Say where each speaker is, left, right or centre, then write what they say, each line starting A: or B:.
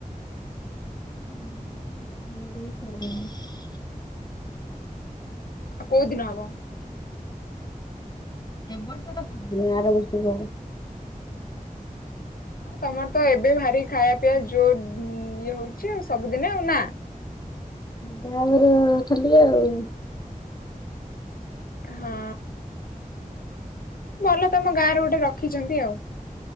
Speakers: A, on the left; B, on the left.
A: ଉଁ ହୁଁ ମ ଅଷ୍ଟ ପହରୀ ସରିଲାଣି।
B: ଆ କୋଉ ଦିନ ହବ?
A: ଏ ବର୍ଷ ତ ଠିକ୍ ନାହିଁ ଆର ବର୍ଷକୁ ହବ।
B: ହଁ ତମର ତ ଏବେ ଭାରି ଖାଇବା ପିଇବା ଯୋ ଇଏ ହଉଚି ଆଉ ସବୁଦିନେ ଆଉ, ନାଁ?
A: ବାହାଘର ଖାଲି ଆଉ।
B: ହଁ ଭଲ ତମ ଗାଁରେ ଗୋଟେ ରଖିଚନ୍ତି ଆଉ।